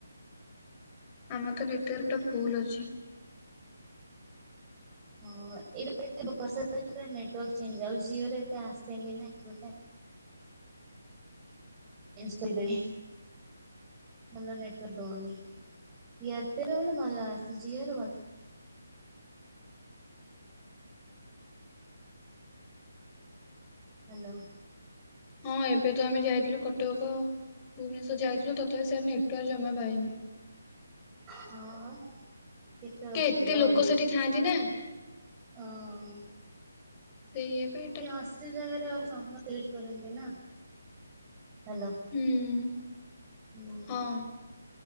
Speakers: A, on the left (about 25°); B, on the right (about 20°).
A: ଆମର ତ ନେଟୱାର୍କ୍ ପୁରା ଫୁଲ୍ ଅଛି।
B: ହଁ <unintelligible> ବର୍ଷ ନେଟୱାର୍କ ଚେଞ୍ଜ୍ ଯଉ ଜିଓରେ ଏତେ ଆସେନି ନା ଏପଟେ ଚେଞ୍ଜ୍ କଲି ବେଗି। ଭଲ ନେଟବର୍କ ଦଉନୀ। ଏୟରଟେଲର ଭଲ ଆସି ଜିୟର ଭଲ ହାଲୋ।
A: ହଁ ଏବେ ତ ଆମେ ଯାଇଥିଲୁ କଟକ। ଭୁବନେଶ୍ୱର ଯାଇଥିଲୁ ତଥାପି <unintelligible> ନେଟୱାର୍କ ଜମା ପାଏନି।
B: ହଁ କେତେ
A: ଟିକେ
B: ଅସୁବିଧା
A: ଏତେ ଲୋକ
B: ଏଇପଟେ।
A: ସେଠି ଥାଆନ୍ତି ନା
B: ହଁ।
A: ସେଇ ଏବେ।
B: ହଷ୍ଟେଲ ଜାଗା ରେ ପୁଣି ସମସ୍ତେ ମିସ୍ କରନ୍ତି ନା ହାଲୋ।
A: ହୁଁ।
B: ହୁଁ
A: ହଁ